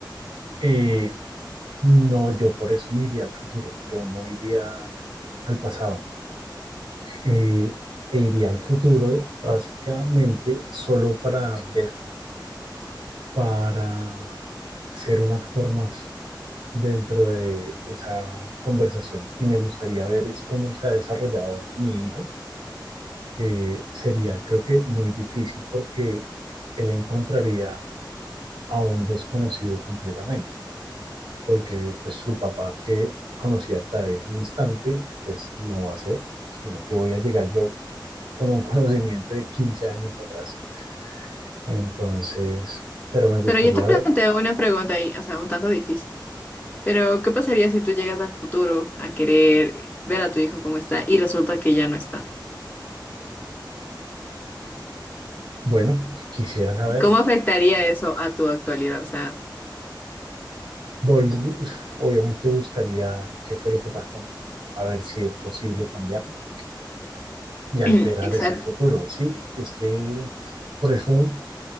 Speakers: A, on the right; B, on the left.
A: eh, no, yo por eso me iría al futuro. Yo no iría al pasado. Eh, e iría al futuro básicamente solo para ver, para ser un actor más dentro de esa conversación y me gustaría ver es cómo se ha desarrollado mi hijo. Eh, sería creo que muy difícil porque él encontraría a un desconocido completamente, porque pues su papá que conocía hasta ese instante, pues no va a ser, sino que voy a llegar yo con un <laughs> conocimiento de 15 años atrás. Entonces, pero me gustaría
B: Pero yo te planteo
A: ver,
B: una pregunta ahí, o sea, un tanto difícil. Pero, ¿qué pasaría si tú llegas al futuro a querer ver a tu hijo cómo está y resulta que ya no está?
A: bueno, quisiera saberlo.
B: ¿Cómo afectaría eso a tu actualidad? O sea,
A: Vol- <sighs> obviamente buscaría qué fue lo que pasó, a ver si es posible cambiarlo y alterar
B: <clears throat> exacto.
A: ese futuro. Sí, es que por eso